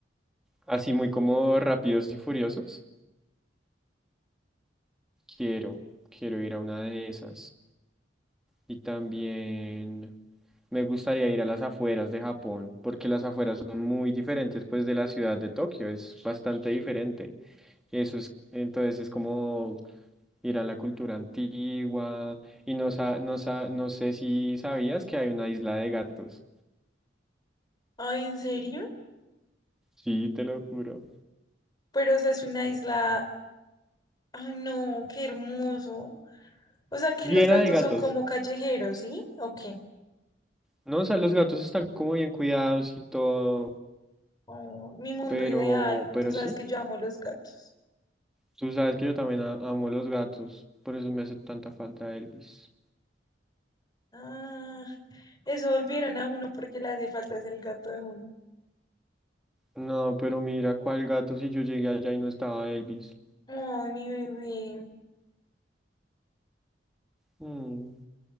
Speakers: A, in the centre; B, on the left.
A: Así muy como Rápidos y Furiosos. Quiero, quiero ir a una de esas. Y también me gustaría ir a las afueras de Japón, porque las afueras son muy diferentes pues de la ciudad de Tokio, es bastante diferente. Eso es, entonces es como ir a la cultura antigua y no, sa- no, sa- no sé si sabías que hay una isla de gatos.
B: Ay, ¿en serio?
A: Sí, te lo juro.
B: Pero, o sea, es una isla Ay, no, qué hermoso. O sea, que
A: Llena
B: los gatos
A: de gatos.
B: son como callejeros, ¿sí? ¿O qué?
A: No, o sea, los gatos están como bien cuidados y todo.
B: Oh, mi mundo
A: Pero,
B: ideal.
A: pero
B: Tú sabes
A: sí,
B: que yo amo los gatos.
A: tú sabes que yo también a- amo los gatos, por eso me hace tanta falta Elvis.
B: Ah, eso volvieron a uno porque le hace falta es el gato de uno.
A: No, pero mira, ¿cuál gato si yo llegué allá y no estaba Elvis?
B: Ay, mi bebé.
A: Mm,